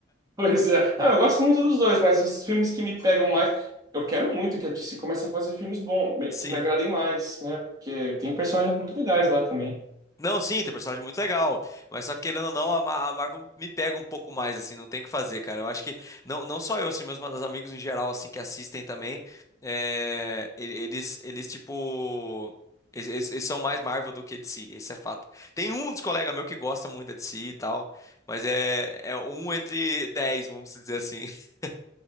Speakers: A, on the right; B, on the left.
A: Pois é. Ah, eu gosto muito dos dois, mas os filmes que me pegam mais. Eu quero muito que a DC comece a fazer filmes bons, me-
B: Sim.
A: que me agradem mais, né? Porque tem personagens muito legais lá também.
B: Não, sim, tem personagem muito legal, mas só que, querendo ou não, a Ma- a Marvel me pega um pouco mais, assim, não tem o que fazer, cara. Eu acho que, não, não só eu, assim, meus ma- amigos em geral, assim, que assistem também, é, e- eles, eles, tipo, eles, eles- eles são mais Marvel do que DC, esse é fato. Tem um dos colegas meu que gosta muito da DC e tal, mas é, é um entre dez, vamos dizer assim. <laughs>